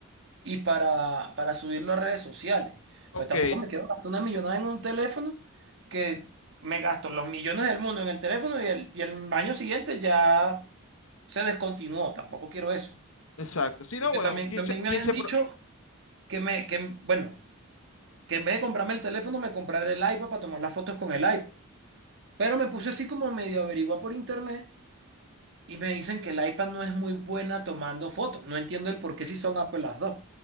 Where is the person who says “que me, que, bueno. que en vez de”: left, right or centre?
Right